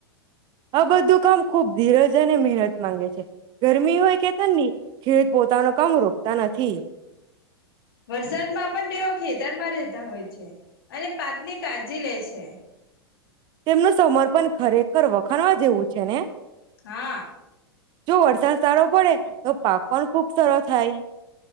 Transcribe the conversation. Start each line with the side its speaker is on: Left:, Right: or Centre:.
Right: આ બધું કામ ખૂબ ધીરજ અને મહેનત માંગે છે. ગરમી હોય કે ઠંદી ખેત પોતાનું કામ રોકતા નથી.
Left: વરસાદમાં પન તેઓ ખેતરમાં રહેતા હોય છે. અને પાકની કાળજી લે છે.
Right: તેમનું સમર્પન ખરેખર વખાણવા જેવું છે ને?
Left: હા
Right: જો વરસાદ સારો પડે તો પાક પણ ખુબ સરો થાય.